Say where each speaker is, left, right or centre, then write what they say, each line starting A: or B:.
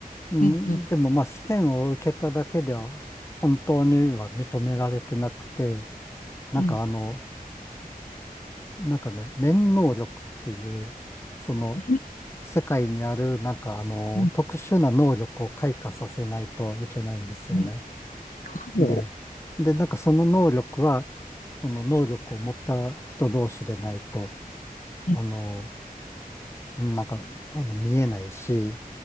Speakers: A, on the left; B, on the left.
A: うん、
B: うんうん
A: でもまあ試験を受けただけでは本当には認められてなくて、なんかあの、
B: うん。
A: なんかね、念能力っていう、その
B: うん
A: 世界にあるなんかあの特殊な能力を開花させないといけないんですよね。
B: うんうん。ほ
A: で、で、なんかその能力は、その能力を持った人同士でないと、
B: う。
A: あの、
B: うん
A: なんか、あの、見えないし、